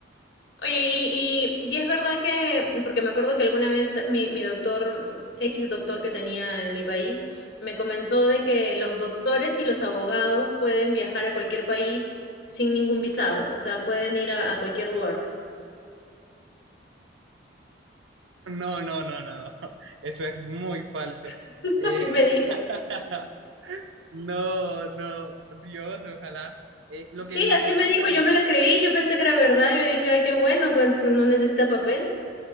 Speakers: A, on the left; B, on the right.
A: Oye, y, y, y es verdad que, porque me acuerdo que alguna vez mi, mi doctor, X doctor que tenía en mi país, me comentó de que los doctores y los abogados pueden viajar a cualquier país sin ningún visado, o sea, pueden ir a, a cualquier lugar.
B: No, no, no, no, no. eso es muy falso.
A: <laughs>
B: Eh,
A: Así me dijo.
B: <laughs> No, no, Dios, ojalá. Eh, lo
A: Sí,
B: que nosotros
A: así me dijo,
B: pues,
A: yo me la creí, yo pensé que era verdad, yo dije, ay, qué bueno, con- no necesita papeles.